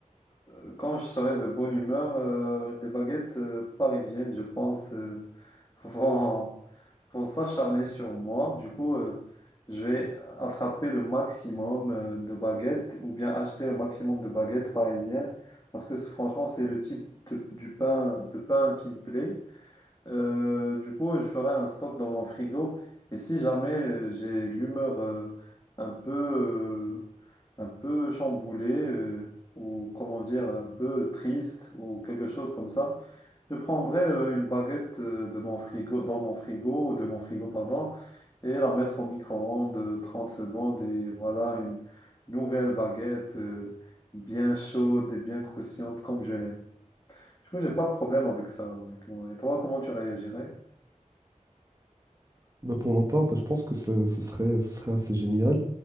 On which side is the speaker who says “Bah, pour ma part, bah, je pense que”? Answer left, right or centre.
Right